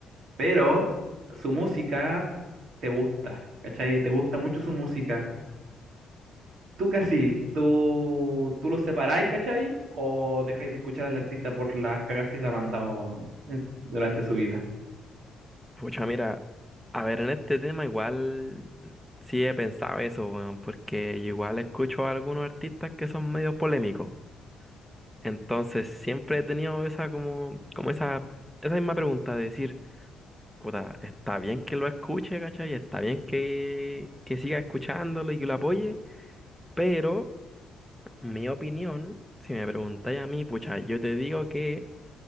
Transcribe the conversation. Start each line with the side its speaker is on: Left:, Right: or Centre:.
Right: pero su música te gusta, ¿cachai? Te gusta mucho su música. ¿Tú qué así? ¿Tú, tú lo separáis, ¿cachai? ¿O dejáis de escuchar al artista por las cagas que se ha mandado en- durante su vida?
Centre: Pucha, mira, a ver, en este tema igual sí he pensado eso, weón, porque yo igual escucho a algunos artistas que son medio polémicos. Entonces siempre he tenido esa como, como esa, esa misma pregunta de decir, puta, está bien que lo escuche, ¿cachai? Está bien que, que siga escuchándolo y que lo apoye, pero. Mi opinión, si me preguntáis a mí, pucha, yo te digo que